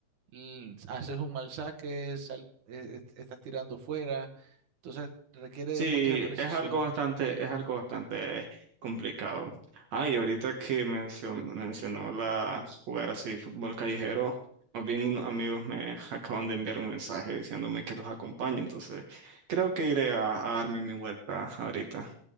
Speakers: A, on the right; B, on the right.
A: l- haces un mal saque, sal- eh, estás tirando fuera, entonces requiere
B: Sí,
A: de mucha precisión.
B: es algo bastante, es algo bastante complicado. Ah, y ahorita que mencio- mencionó la jugar así fútbol callejero, más bien unos amigos me <laughs> acaban de enviar un mensaje diciéndome que los acompañe, entonces creo que iré a, a darme mi vuelta ahorita.